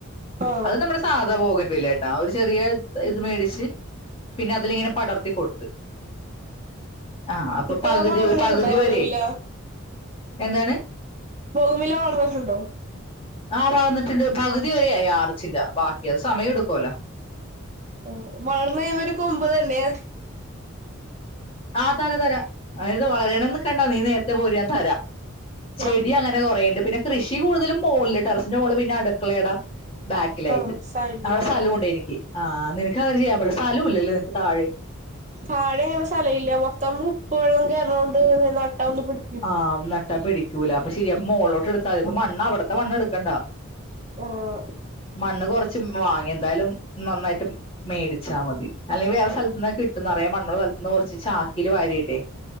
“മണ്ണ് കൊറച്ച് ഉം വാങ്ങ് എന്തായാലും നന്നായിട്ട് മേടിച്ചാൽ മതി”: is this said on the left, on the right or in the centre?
Left